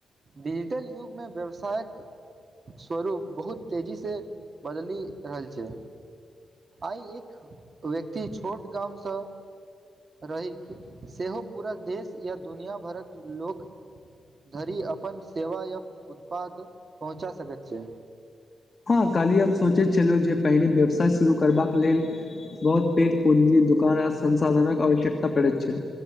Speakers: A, on the right; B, on the left.
A: डिजिटल युगमे व्यवसायक स्वरूप बहुत तेजीसँ बदलि रहल छै आइ एते व्यक्ति छोट गामसँ रहैक सेहो पूरा देश या दुनिया भरक लोक धरि अपन सेवा आ उत्पाद पहुँचा सकैत छैय।
B: हँ, काल्हि हम सोचैत छलहुँ जे पहिने व्यवसाय शुरू करबाक लेल। बहुत पेघ पूँजी दोकान आ संसाधनक आवश्यकता पड़ैत छैय